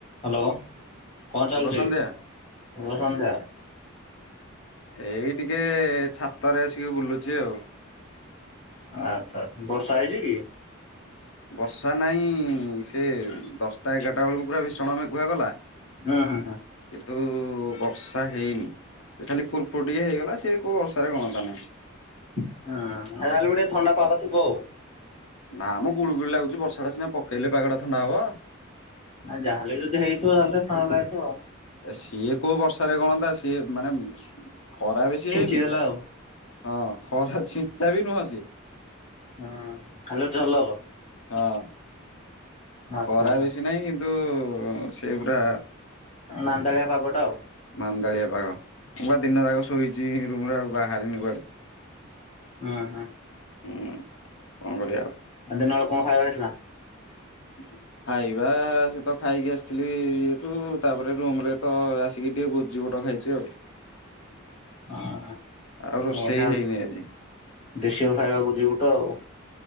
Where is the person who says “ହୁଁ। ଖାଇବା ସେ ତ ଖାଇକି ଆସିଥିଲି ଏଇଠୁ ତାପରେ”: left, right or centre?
Left